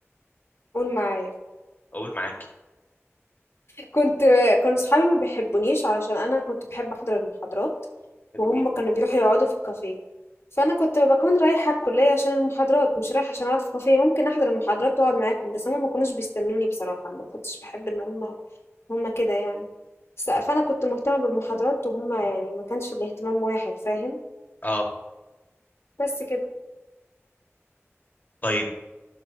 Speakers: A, on the left (about 60°); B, on the left (about 40°).
A: معايا
B: اقول معاكي
A: كنت كانوا صحابي ما بيحبونيش علشان انا كنت بحب احضر المحاضرات
B: حلوين
A: وهم كانوا بيروحوا يقعدوا في الكافيه فانا كنت بكون رايحه الكليه عشان المحاضرات مش رايحه عشان اقعد في كافيه ممكن احضر المحاضرات واقعد معاكم بس هم ما كانوش بيستنوني بصراحه ما كنتش بحب ان هم هم كده يعني بس- فانا كنت مهتمه بالمحاضرات وهم يعني ما كانش الاهتمام واحد فاهم
B: اه
A: بس كده
B: طيب